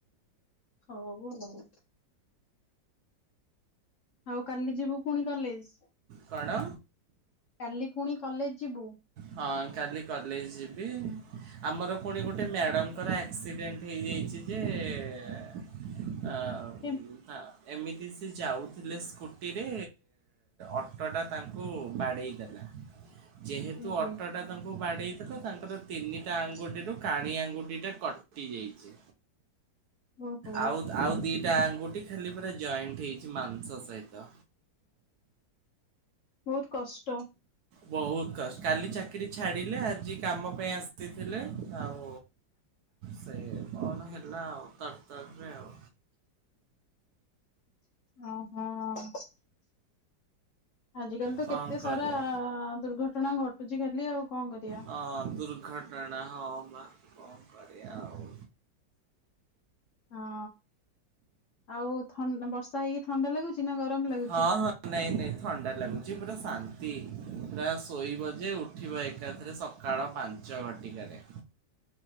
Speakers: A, on the left; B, on the right.
A: <unintelligible> ଆଉ, କାଲି ଯିବୁ ପୁଣି କଲେଜ୍?
B: କଣ?
A: କାଲି ପୁଣି କଲେଜ୍ ଯିବୁ?
B: ହଁ, କାଲି କଲେଜ୍ ଯିବି। ଆମର ପୁଣି ଗୋଟେ ମ୍ୟାଡ଼ମଙ୍କର ଆକ୍ସିଡେଣ୍ଟ ହେଇଯାଇଛି ଯେ ଆଉ
A: କେନ୍
B: ହଁ ଏମିତି ସେ ଯାଉଥିଲେ ସ୍କୁଟିରେ, ଅଟୋଟା ତାଙ୍କୁ ବାଡ଼େଇ ଦେଲା ଯେହେତୁ
A: ଏହେ
B: ଅଟୋଟା ତାଙ୍କୁ ବାଡ଼େଇଥିଲା। ତାଙ୍କର ତିନିଟା ଆଙ୍ଗୁଠିରୁ କାଣି ଆଙ୍ଗୁଠି ଟା କଟି ଯାଇଛି।
A: ଓହୋ
B: ଆଉ, ଆଉ ଦିଟା ଆଙ୍ଗୁଠି ଖାଲି ପୁରା ଜଏଣ୍ଟ ହେଇଛି ମାଂସ ସହିତ।
A: ବହୁତ କଷ୍ଟ।
B: ବହୁତ କଷ୍ଟ କାଲି ଚାକିର ଛାଡ଼ିଲେ, ଆଜି କାମ ପାଇଁ ଆସିଥିଲେ। ଆଉ ସେ କଣ ହେଲା ଆଉ, ତରତରରେ ଆଉ।
A: ଓ, ହଁ। ଆଜିକାଲି ତ
B: କଣ
A: କେତେ
B: କରିବା
A: ସାରା ଦୁର୍ଘଟଣା ଘଟୁଛି ଖାଲି ଆଉ କଣ କରିବା?
B: ହଁ, ଦୁର୍ଘ ଟଣା ହଁ ବା, କଣ କରିବା ଆଉ।
A: ହଁ, ଆଉ ଥନ୍ ନା ବର୍ଷା ହେଇକି ଥଣ୍ଡା ଲାଗୁଛି ନା ଗରମ ଲାଗୁଚି।
B: ହଁ ହଁ ନାଇଁ ନାଇଁ ଥଣ୍ଡା ଲାଗୁଛି। ପୁରା ଶାନ୍ତି ପୁରା ଶୋଇବ ଯେ ଉଠିବ ଏକାଥରେ ସ କାଳ ପାଞ୍ଚ ଘଟିକାରେ।